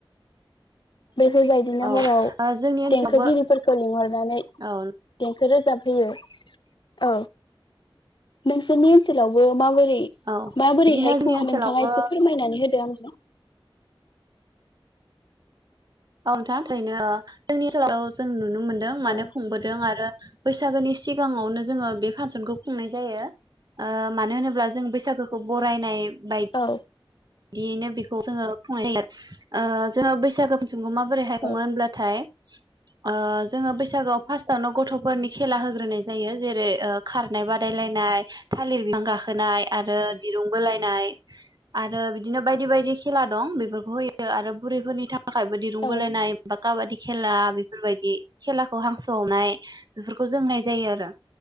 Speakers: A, on the left; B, on the right.
A: बेफोरबायदिनो
B: औ
A: हराव
B: ओ जोंनि ओनसोलावबो
A: देंखोगिरिफोरखौ लिंहरनानै
B: औ
A: देंखो रोजाब होयो औ नोंसोरनि ओनसोलावबो माव रै
B: औ
A: माबोरैहाय
B: बिदिनो जोंनि
A: खुङो
B: ओनसोलावबो
A: नोंथाङा एसे फोरमायनानै होदो? <inaudible>
B: औ नोंथां थारैनो ओ जोंनि ओनसोलाव जों नुनो मोनदों माने
A: औ
B: खुंबोदों आरो बैसागोनि सिगाङावनो जोङो बे फांसनखौ खुंनाय जायो ओ मानो होनोब्ला जों बैसागोखौ बरायनाय बाय
A: औ
B: बिदियैनो बेखौ जोङो खुंनाय जायो ओ जोङो बैसागो जोंङो माबोरैहाय
A: औ
B: खुङो होनब्लाथाय ओ जोङो बैसागोआव फास्टआवनो गथ'फोरनि खेला होग्रोनाय जायो जेरै ओ खारनाय बादायलायनाय थालिर बिफां गाखोनाय। आरो दिरुं बोलायनाय आरो आरो बिदिनो बायदि बायदि खेला दं बेफोरखौ होयो आरो बुरैफोरनि थाखाय थाखायबो दिरुं
A: औ
B: बोलायनाय बा काबादि खेला बेफोरबायदि खेलाखौ हांसो हमनाय बेफोरखौ जों होनाय जायो आरो